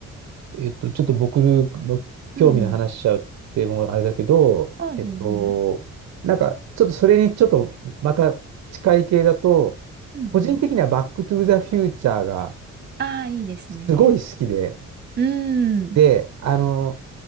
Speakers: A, on the right; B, on the right.
A: う。えっと、ちょっと僕の興味の話しちゃうって、
B: うん。
A: もうあれだけど、
B: ああ、
A: えっと、
B: 全然。
A: なんか、ちょっとそれにちょっと、また近い系だと、
B: うんうん。
A: 個人的にはバックトゥーザフューチャーが
B: ああ、いいですね。
A: すごい好きで、
B: うーん。
A: で、あの、